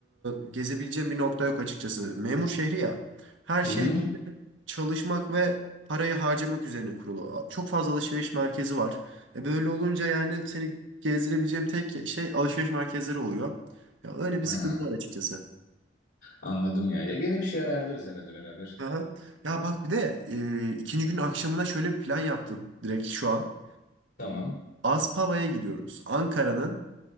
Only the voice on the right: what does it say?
e, gezebileceğim bir nokta yok açıkçası. Memur şehri ya. Her şey
böyle çalışmak ve parayı harcamak üzerine kurulu. Çok fazla alışveriş merkezi var. E böyle olunca yani seni gezdirebileceğim tek şey alışveriş merkezleri oluyor. Ya öyle bir
sıkıntı var açıkçası.
Aha. Ya bak bir de e, ikinci gün akşamına şöyle bir plan yaptım direkt şu an.
Aspava'ya gidiyoruz. Ankara'nın